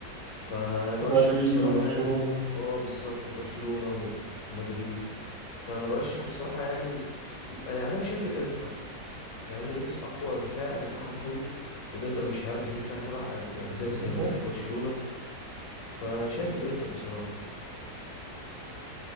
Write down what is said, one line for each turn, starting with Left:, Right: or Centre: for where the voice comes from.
Left: فانا برشح
Right: ومدريد
Left: بصراحه
Right: وبرشلونة
Left: يعني اه بالظبط وبرشلونه و- ومدريد فانا برشح بصراحه يعني انا يعني انا شايف الانتر مع ان باريس اقوى دفاع دفاعها قوي والانتر مش هيعرف يجيب فيها سبع أج- اهداف زي
Right: أنت؟
Left: ما جاب في برشلونة فشايف الانتر بصراحة